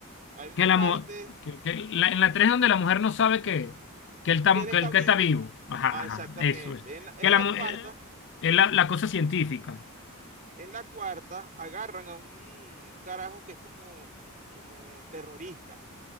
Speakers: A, on the right; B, on the left.
A: hay una
B: Que la,
A: parte
B: mu- que, que la- en la tres donde la mujer no sabe que, que él tam
A: que él
B: que
A: está
B: él
A: vivo.
B: que está vivo. Ajá,
A: Ah,
B: ajá,
A: exactamente.
B: eso es.
A: En la, en
B: Que la,
A: la
B: mu-
A: cuarta,
B: eh, es la, la cosa científica.
A: en la cuarta agarran a un carajo que es como, como terrorista.